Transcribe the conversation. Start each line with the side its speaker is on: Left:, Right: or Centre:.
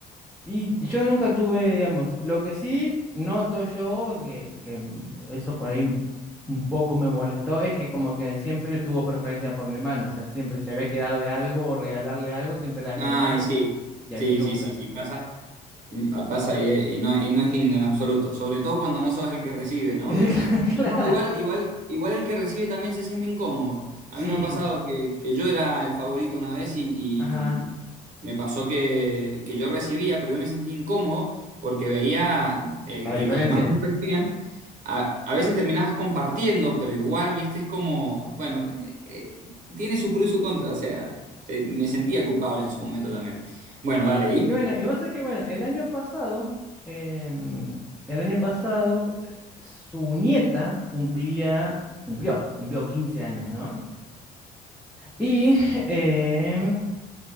Centre: y yo nunca tuve, digamos, lo que sí noto yo, que, que eso por ahí un poco me molestó, es que como que siempre tuvo preferencia por mi hermano, o sea, siempre si había que darle algo o regalarle algo, siempre era a mi
Right: Ay,
Centre: hermano
Right: sí.
Centre: y
Right: Sí,
Centre: a mí nunca.
Right: sí, sí, sí. Pasa, Mm, Pasa y, eh, y no, y no es lindo en absoluto, sobre todo cuando no sos el que recibe, ¿no?
Centre: <laughs>
Right: Pero
Centre: Claro,
Right: no, igual, igual, igual el que recibe también se siente incómodo. A
Centre: sí,
Right: mí me ha pasado que, que yo era el favorito una vez y,
Centre: ajá,
Right: y, mm, me pasó que, que yo recibía, pero yo me sentí incómodo porque veía eh,
Centre: la
Right: que
Centre: diferencia.
Right: los demás no recibían. A, a veces terminabas compartiendo, pero igual, viste, es como, bueno, eh, eh, tiene su pro y su contra, o sea, te- me sentía culpable en su momento también. Bueno, dale, ¿y?
Centre: Y bueno, y vos sabés que, bueno, el año pasado, em, el año pasado, su nieta cumplía, cumplió, cumplió 15 años, ¿no? Y <laughs> em,